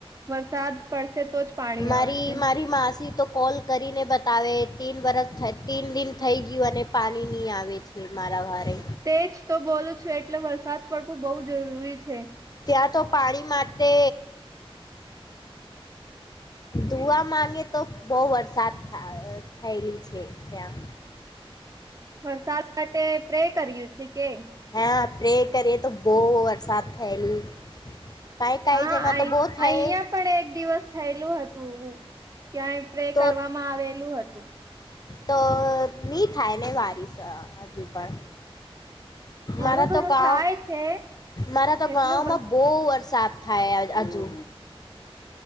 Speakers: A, on the right (about 35°); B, on the left (about 40°).
A: વરસાદ પડશે તો જ પાણી
B: મારી
A: આવશે
B: મારી માસી તો કોલ કરીને બતાવે તીન વરષ થ તીન દિન થઈ ગયું અને પાણી નહીં આવે છે મારા ઘરે
A: તેજ તો બોલું છું એટલે વરસાદ પડવું બોઉ જરૂરી છે
B: ત્યાં તો પાણી માટે દુઆ માગે તો બોઉ વરસાદ થઈ થયેલી છે ત્યાં
A: વરસાદ માટે પ્રે કર્યુ છે કે
B: હા પ્રે કરીએ તો બહુ વરસાદ થયેલી કાંઈ કાંઈ
A: હા
B: જગા
A: આ
B: તો બહુ થાય
A: અહંયા પણ એક દિવસ થયેલું હતું એું. ક્યાંય પ્રે
B: તો
A: કરવામાં આવેલું હતું.
B: તો મી થાયને વારીસ અજુ પણ
A: થોડું
B: મારા
A: ઘણું
B: તો ગા
A: થાય છે
B: મારા તો
A: એટલું
B: ગમાં
A: બસ
B: બહ વર્ષ સાફ થાય હજુ.